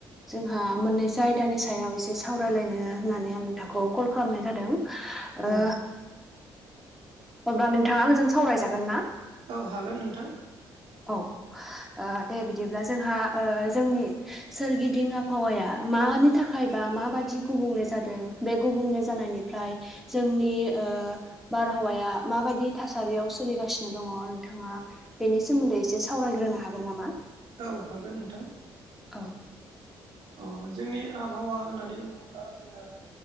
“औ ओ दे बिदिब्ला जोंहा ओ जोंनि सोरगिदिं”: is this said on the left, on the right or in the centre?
Centre